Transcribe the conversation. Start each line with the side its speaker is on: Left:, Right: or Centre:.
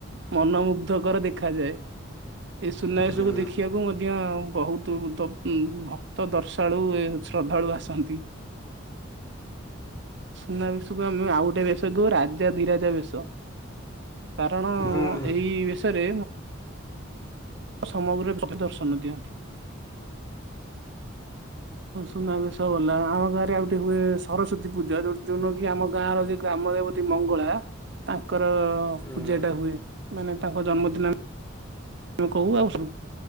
Right: ମନମୁଗ୍ଧ ଉଦ୍ଧକର ଦେଖାଯାଏ ଏଇ ସୁନାଭେସକୁୁ
Left: ହୁଁ
Right: ଦେଖି ଦେଖିବାକୁ ମଧ୍ୟ ବହୁତ ଭକ୍ତ ଦର୍ଶାଳୁ ଶ୍ରଦ୍ଧାଳୁ ଆସନ୍ତି ସୁନା ବେଶକୁ ଆମେ ଆଉ ଗୋଟେ ବେଶ କଉ ରାଜାଧିରାଜା ବେଶ କାରଣ
Left: ହୁଁ
Right: ଏଇ ବେଷରେ ସମଗ୍ରରେ ଦର୍ଶନ ଦିଅନ୍ତି। ସୁନାବେଶ ଗଲା ଆମ ଗାଁରେ ଆଉ ଗୋଟେ ହୁଏ ସରସ୍ଵତୀ ପୂଜା ଉ ଯୋଉଦିନ କି ଆମ ଗାଁର ଯୋଉ ଗ୍ରାମ ଦେବତି ମଙ୍ଗଳା ତାଙ୍କର
Left: ହୁଁ।
Right: ପୂଜା ଟା ହୁଏ ମାନେ ତାଙ୍କ ଜନ୍ମଦିନ ତମେ କହୁ ଆଉୁ